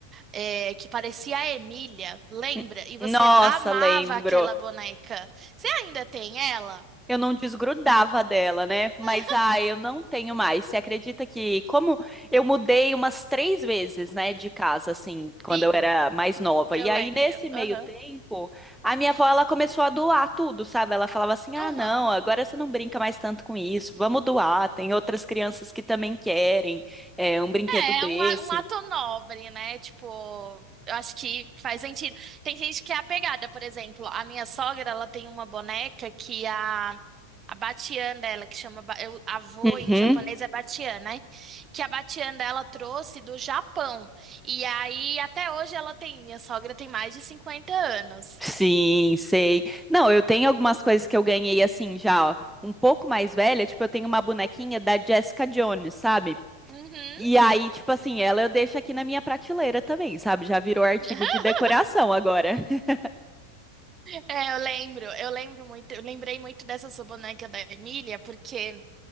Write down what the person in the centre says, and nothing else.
N-
Nossa,
lembro.
Eu não desgrudava dela, né? Mas
ah, eu não tenho mais. Você acredita que como eu mudei umas três vezes, né, de casa, assim, quando
eu era mais nova.
E aí
nesse meio
tempo, a minha avó ela começou a doar tudo, sabe? Ela falava assim: "Ah,
não, agora você não brinca mais tanto com isso. Vamos doar. Tem outras crianças que também querem é, um brinquedo
desse."
Uhum.
Sim, sei. Não, eu tenho algumas coisas que eu ganhei assim já, ó, um pouco mais velha, tipo, eu tenho uma bonequinha da Jessica Jones, sabe?
E aí, tipo assim, ela eu deixo aqui na minha prateleira também, sabe? Já virou artigo
de decoração agora. <laughs>